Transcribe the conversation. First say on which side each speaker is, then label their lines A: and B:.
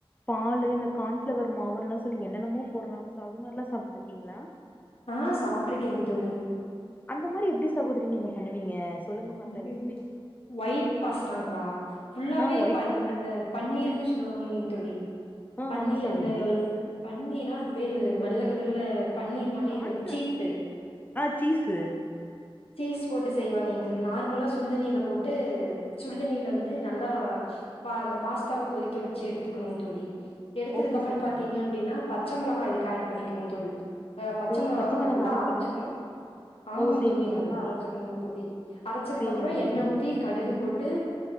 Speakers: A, on the left; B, on the left.
A: பால் இந்த கார்ன்பிளவர் மாவு எல்லாம் சொல்லி என்னென்னமோ போடுறாங்க சோ அது மாதிரிலாம் சாப்பிட்டு இருக்கீங்களா
B: ஆ சாப்டிருக்கேன் தோழி
A: அந்த மாதிரி எப்டி சகோதரி நீங்க பண்ணுவீங்க சொல்லுங்க பாக்கலா
B: இது
A: ரெசிபி
B: ஒயிட் பாஸ தாங்களா புல்லாவே
A: ஆ ஒயிட் பாஸ்
B: அந்த பன்னீர்ன்னு சொல்லுவாங்கங்க தோழி
A: ஆ
B: பன்னீர்
A: ஆமா சகோதரி
B: அந்த பன்னீரா அது பேரு வர்ல கலர்ல பன்னீர் மாதிரியே
A: கார்ன்ஃபிள
B: இந்த சீஸ்
A: ஆ சீஸு
B: சீஸ் போட்டு செய்வாங்க அப்படி நார்மலா சுடு தண்ணீல போட்டு சுடு தண்ணில வந்து நல்லா ப அந்த பாஸ்தாவ கொதிக்க வச்சு எடுத்துக்கணோ தோழி எடுத்ததுக்கு
A: ஓகே
B: அப்புறம்
A: சகோதரி
B: பாத்தீங்க அப்டின்னா பச்சமொளகா அதுக்கு ஆட் பண்ணிக்கணும் தோழி ஆ பச்ச
A: ஓ
B: மொளகாவ
A: மெளகா
B: நல்லா
A: அரைக்கணுங்களா
B: அரைச்சுக்கணும் ஆமா
A: ஓ சேரிங்க
B: தோழி நல்லா
A: சகோதரி
B: அரைச்சுக்கணும் தோழி அரைச்சதுக்கு
A: சேரிங்க
B: அப்புறம்
A: சகோதரி
B: எண்ண ஊத்தி கடுகு போட்டு